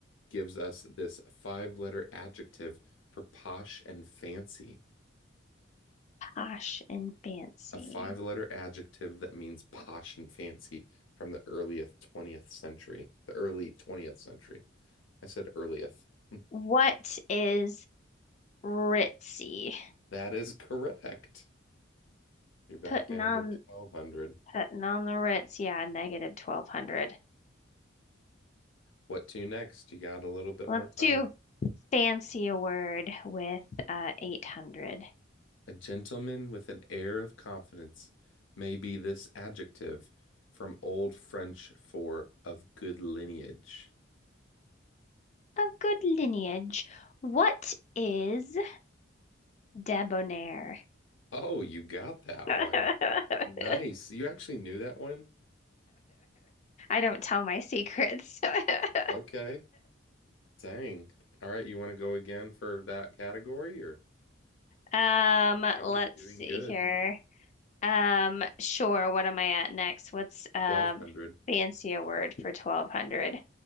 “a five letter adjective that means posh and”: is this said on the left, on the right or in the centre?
Left